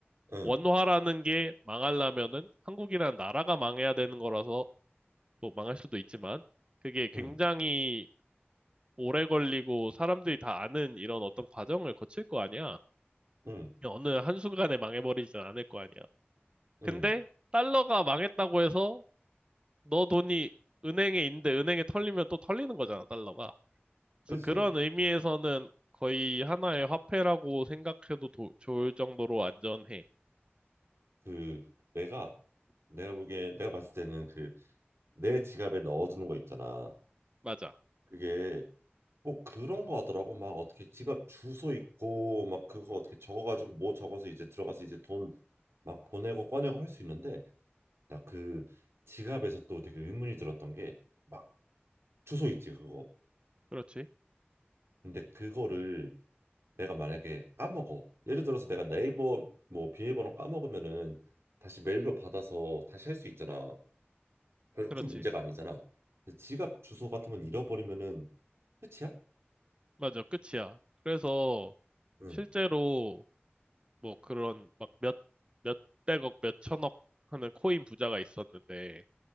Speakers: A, on the right; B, on the right.
A: 응.
B: 원화라는 게 망하려면은 한국이라는 나라가 망해야 되는 거라서, 뭐, 망할 수도 있지만, 그게 굉장히
A: 응.
B: 오래 걸리고 사람들이 다 아는 이런 어떤 과정을 거칠 거 아니야.
A: 응.
B: 어느 한순간에 망해버리진 않을 거 아니야.
A: 응.
B: 근데, 달러가 망했다고 해서 너 돈이 은행에 있는데 은행에 털리면 또 털리는 거잖아, 달러가. 그래서
A: 그지?
B: 그런 의미에서는 거의 하나의 화폐라고 생각해도 도- 좋을 정도로 안전해.
A: 그 내가 내가 보기에 내가 봤을 때는 그 내 지갑에 넣어두는 거 있잖아.
B: 맞아.
A: 그게 뭐 그런 거 하더라고 막 어떻게 지갑 주소 있고 막 그거 어떻게 적어가지고 뭐 적어서 이제 들어가서 이제 돈 막 보내고 꺼내고 할 수 있는데 나 그 지갑에서 또 되게 의문이 들었던 게 막 주소 있지 그거
B: 그렇지.
A: 근데 그거를 내가 만약에 까먹어 예를 들어서 내가 네이버 뭐 비밀번호 까먹으면은 다시 메일로 받아서 다시 할 수 있잖아 별로
B: 그렇지.
A: 큰 문제가 아니잖아 근데 지갑 주소 같은 건 잃어버리면은 끝이야?
B: 맞아. 끝이야. 그래서
A: 응,
B: 실제로 뭐 그런 막 몇, 몇백억, 몇천억 하는 코인 부자가 있었는데